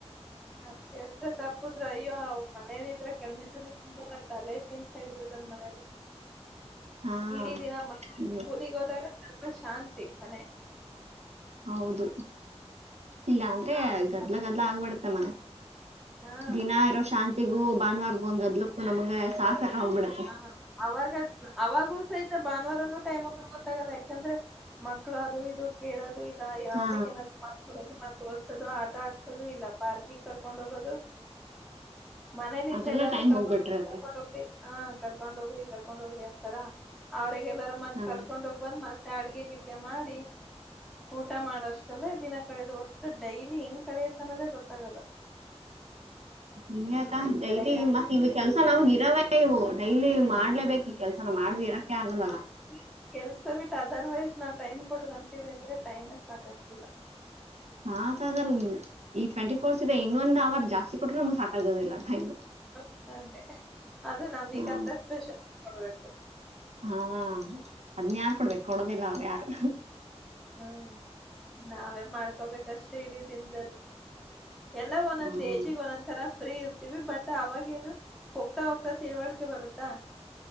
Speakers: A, in the centre; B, on the right.
A: ಹ ಕೆಲ್ಸ ತಪ್ಪುದ್ರ ಅಯ್ಯೋ ಮನೇಲಿ ಇದ್ರೆ ಕಮ್ಮಿ ತಲೆ ತಿಂತಾರ ಆ ತಲೆ ನಿಂತ್ ಕಾಯ್ ಬಿಡ್ತಾನ ಮನೇಲಿ
B: ಹಾ
A: ಇಡೀ ದಿನ ಮ
B: ಹ್ಮ್.
A: ಕೂಲಿಗ್ ಹೋದಾಗ ಸ್ವಲ್ಪ ಶಾಂತಿ ಮನೆ.
B: ಹೌದು ಇಲ್ಲ ಅಂದ್ರೆ
A: ಆಮೇಲೆ
B: ಗದ್ಲ
A: ಮತ್ತೆ
B: ಗದ್ಲ ಆಗ್ಬಿಡತ್ತೆ ಮನೆ.
A: ಹಾ
B: ದಿನ ಇರೋ ಶಾಂತಿಗೂ ಭಾನುವಾರಗು ಒಂದ್ ಗದ್ಲಕ್ಕು ನಮ್ಗ ಸಾಕ್ ಸಾಕ್ ಹೋಗ್ಬಿಡೆ
A: ಹಾ ಅವಾಗ ಅವಾಗೂ ಸಹಿತ ಭಾನುವಾರ ನ ಟೈಮ ಗೊತ್ತಾಗಲ್ಲ ಯಾಕಂದ್ರೆ ಮಕ್ಳು ಅದು ಇದು ಕೇಳೋದು ಇ
B: ಹಾ
A: ಅವ್ರಗ ಏನಾದ್ ಕೊಡದು ಮತ್ತ ಓದಸೋದು ಆಟ ಆಡ್ಸೋದು ಇಲ್ಲ ಪಾರ್ಕಗ್ ಕರ್ಕೊಂಡ್ ಹೋಗೋದು. ಮನೇಲಿ
B: ಅದ್ರಲ್ಲೇ
A: ಇದ್ರೆ ಎಲ್ಲಾದ್ರೂ
B: ಟೈಮ್
A: ಕರ್ಕೊಂಡ್ೋಗಿ
B: ಹೋಗ್ಬಿಟ್ಟಿರತ್ತೆ
A: ಕರ್ಕೊಂಡ್ ಹೋಗ್ರಿ ಹಾ ಕರ್ಕೊಂಡ್ ಹೋಗ್ರಿ ಕರ್ಕೊಂಡ್ ಹೋಗ್ರಿ ಅಂತಾರ ಅವ್ರಗೆ ಎಲ್ಲಾರ ಮತ್
B: ಹಾ
A: ಕರ್ಕೊಂಡ್ ಹೋಗ್ರಿ ಬಂದ್ ಮತ್ತೆ ಅಡ್ಗೆ ಗಿಡ್ಗೆ ಮಾಡಿ ಊಟ ಮಾಡಷ್ಟಲ್ಲ ದಿನ ಕಳಿಯೋದು ಒಟ್ಟು ಡೈಲಿ ಹೆಂಗ್ ಕಳಿಯುತ್ತ ಅನ್ನೋದೇ ಗೊತ್ತಾಗಲ್ಲ.
B: ಇ ಚದೆ
A: ಬೆಳಗ್ಗೆ ಆಗಿ
B: ಮತ್ತ <unintelligible> ಕೆಲ್ಸ ನಮಗ್ ಇರವೇ ಇವು ಡೈಲಿ ಮಾಡ್ಲೇಬೇಕು ಈ ಕೆಲ್ಸ ಮಾಡ್ದ ಇರಕ್ಕೆ ಆಗದಲ್ಲ.
A: ಹಾ, ಈ ಕೆಲ್ಸ ಬಿಟ್ ಅದರ್ವೈಸ್ ನಾವ್ ಟೈಮ್ ಕೊಡ್ಂತೀವಿ ಅಂದ್ರೆ ಟೈಮ್ ಸಾಕತಿಲ್ಲ.
B: ಸಾಕಾಗಲ್ಲ ಈ ಟ್ವೆಂಟಿ ಫೋರ್ಸ್ ಇದೆ ಇನ್ನೊಂದ್ ಅವರ್ ಜಾಸ್ತಿ ಕೊಟ್ರೆ ನಮ್ಗೆ ಸಾಕಾಗೋದಿಲ್ಲ ಟೈಮ್.
A: ಹ ಅದೇ ಅದು ನಮೀಗಂತ
B: ಹ
A: ಸ್ಪೆಷಲ್ ಕೊಡ್ಬೇಕು.
B: ಹಾ ಅದ್ನ್ ಯಾರ್ ಕೊಡ್ಬೇಕ್ ಕೊಡೋದಿಲ್ಲ ಅವ್ರು ಯಾರು.
A: ಹ್ಮ್ ನಾವೇ ಮಾಡ್ಕೋಬೇಕು. ಕಷ್ಟ ಇಡೀ ದಿನ್ದದಲ್ಲಿ ಎಲ್ಲ ಒಂದೊಂದ್
B: ಹ್ಮ್
A: ಏಜಿಗೆ ಒಂದೊಂದ್ ತರ ಫ್ರೀ ಇರ್ತೀವಿ ಬಟ್ ಅವಾಗ ಏನು ಹೋಗ್ತಾ ಹೋಗ್ತಾ ತಿಳಿವಳಿಕೆ ಬರುತ್ತಾ.